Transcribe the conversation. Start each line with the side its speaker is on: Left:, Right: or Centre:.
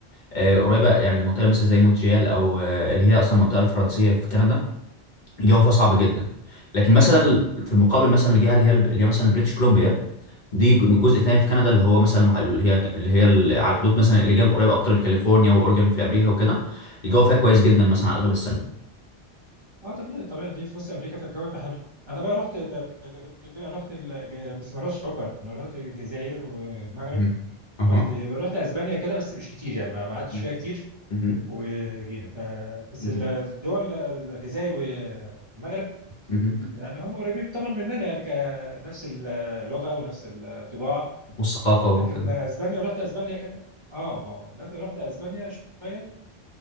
Left: آه، قريبه يعني المنطقه مثلا زي مونتريال او آه، اللي هي اصلا المنطقه الفرنسيه في كندا الجو فيها صعب جدا لكن مثلا في المقابل
Right: اه
Left: مثلا الجهه اللي هي اللي هي مثلا بريتش كولومبيا دي جزء تاني في كندا اللي هو مثلا مح- اللي هي اللي هي اللي على حدود مثلا اللي جنب قريب اكتر لكاليفورنيا واورجن في امريكا وكده الجو فيها كويس جدا مثلا على اغلب السنه
Right: اه طبيعي طبيعي دي في نص امريكا فالجو يبقى حلو انا بقى رحت تقريبا رحت الج... بس ما رحتش اوروبا انا رحت الجزائر والمغرب
Left: مهم. اها
Right: رحت رحت اسبانيا كده بس مش كتير يعني ما ما قعدتش
Left: مهم.
Right: فيها كتير
Left: مهم.
Right: وجينا ف... بس
Left: مهم.
Right: الدول الجزائر والمغرب
Left: مهم.
Right: يعني هم قريبين طبعا مننا يعني كنفس اللغه ونفس الطباع
Left: والثقافه وكده
Right: لكن اسبانيا ورحت اسبانيا كده اه اه لكن رحت اسبانيا شويه